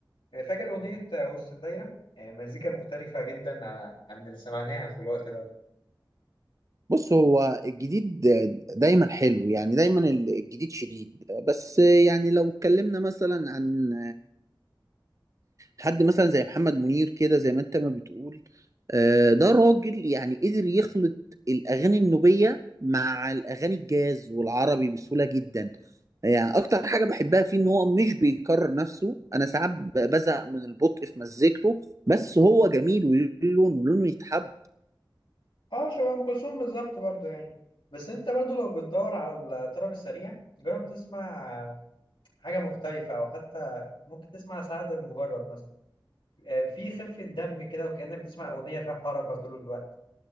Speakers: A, on the left; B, on the right.
A: يعني فاكر أغنية وسط الدايرة يعني مزيكا مختلفة جدا عن عن اللي سمعناها في الوقت ده
B: بص هو الجديد دايما حلو يعني دايما الجديد شديد بس يعني لو اتكلمنا مثلا عن حد مثلا زي محمد منير كده زي ما انت ما بتقول آه، ده راجل يعني قدر يخلط الأغاني النوبية مع الأغاني الجاز والعربي بسهولة جدا يعني أكتر حاجة بحبها فيه إن هو مش بيكرر نفسه أنا ساعات بزهق من البطء في مزيكته بس هو جميل ولونه لونه يتحب
A: اه شبه ام كلثوم بالظبط برضو يعني بس انت برضو لو بتدور على الطرب السريع جرب تسمع حاجه مختلفه او حتى ممكن تسمع سعد المجرد مثلا آه، في خفه دم كده وكانك بتسمع اغنيه فيها حركه طول الوقت